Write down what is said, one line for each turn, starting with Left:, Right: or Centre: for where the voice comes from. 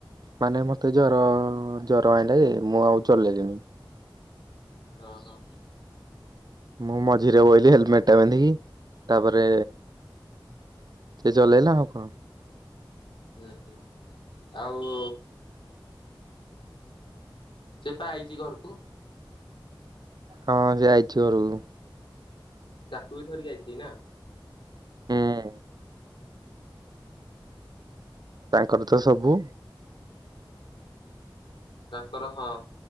Right: ମାନେ ମତେ ଜର ଜର ଆଇଲା ଯେ ମୁଁ ଆଉ ଚଲେଇଲିନି।
Left: ଅ ହୋ।
Right: ମୁଁ ମଝିରେ ବୋଇଲି ହେଲମେଟ ଟା ପିନ୍ଧିକି ତାପରେ ସେ ଚଲେଇଲା ଆଉ କଣ ।
Left: ହୁଁ ହୁଁ। ଆଉ ସେ ପା ଆଇଚି ଘରକୁ ।
Right: ହଁ ସେ ଆଇଚି ଘରକୁ ।
Left: ତାକୁ ବି ଧରିକି ଆଇଛି ନା।
Right: ହଁ। ତାଙ୍କର ତ ସବୁ
Left: ତାଙ୍କର ହଁ।